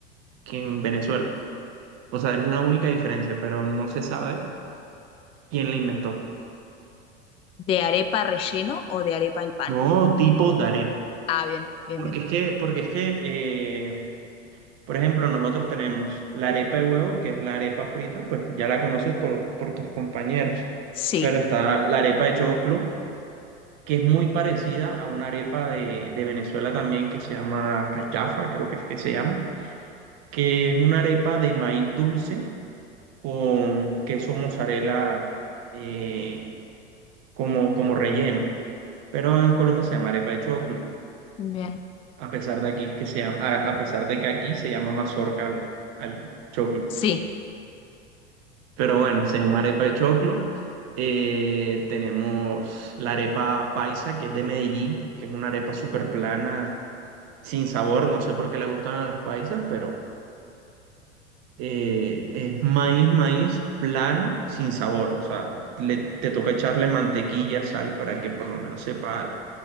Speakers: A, on the right; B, on the left.
A: que en Venezuela. O sea, es la única diferencia, pero no se sabe quién la inventó.
B: de arepa relleno o de arepa al pan.
A: No tipo de arepa.
B: Ah, bien, bien,
A: Porque
B: bien.
A: es que, porque es que eh, por ejemplo, nosotros tenemos la arepa de huevo, que es la arepa frita, pues ya la conoces por, por tus compañeros.
B: Sí,
A: Pero está la arepa de choclo, que es muy parecida a una arepa de, de Venezuela también, que se llama cachafa, creo que es que se llama, que es una arepa de maíz dulce con queso mozzarella. eh, como, como relleno. Pero en Colombia se llama arepa de choclo,
B: bien.
A: a pesar de aquí que se llama- a, a pesar de que aquí se llama mazorca al, al choclo.
B: Sí,
A: Pero bueno, se llama arepa de choclo. Eh, tenemos la arepa paisa, que es de Medellín, que es una arepa súper plana, sin sabor. No sé por qué le gustan a los paisas, pero eh, es maíz, maíz plano, sin sabor. O sea, le- te toca echarle mantequilla, sal, para que por lo menos sepa algo.